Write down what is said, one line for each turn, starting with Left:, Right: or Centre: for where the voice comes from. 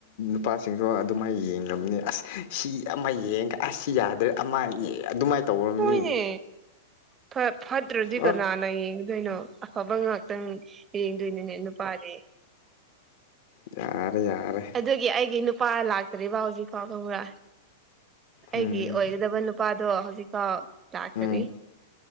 Left: ꯅꯨꯄꯥꯁꯤꯡꯁꯨ ꯑꯗꯨꯃꯥꯏꯅ ꯌꯦꯡꯂꯡꯕꯅꯤ ꯑꯁ ꯁꯤ ꯑꯃ ꯌꯦꯡꯉꯒ ꯑꯁ ꯌꯥꯗ꯭ꯔꯦ ꯑꯃ ꯑꯗꯨꯃꯥꯏꯅ ꯇꯧꯔꯝꯅꯤ
Right: ꯍꯣꯏꯅꯦ ꯐ ꯐꯠꯇ꯭ꯔꯖꯤ
Left: ꯑꯣ
Right: ꯀꯅꯥꯅ ꯀꯩꯅꯣ ꯑꯐꯕ ꯉꯥꯛꯇꯪ ꯌꯦꯡꯗꯣꯏꯅꯤꯅꯦ ꯅꯨꯄꯥꯗꯤ
Left: ꯌꯥꯔꯦ ꯌꯥꯔꯦ
Right: ꯑꯗꯨꯒꯤ ꯑꯩꯒꯤ ꯅꯨꯄꯥ ꯂꯥꯛꯇ꯭ꯔꯤꯕ ꯍꯧꯖꯤꯛꯐꯥꯎ ꯀꯧꯕ꯭ꯔ ꯑꯩꯒꯤ
Left: ꯎꯝ ꯎꯝ
Right: ꯑꯣꯏꯒꯗꯕ ꯅꯨꯄꯥꯗꯣ ꯍꯧꯖꯤꯛꯐꯥꯎ ꯂꯥꯛꯇꯔꯤ
Left: ꯎꯝ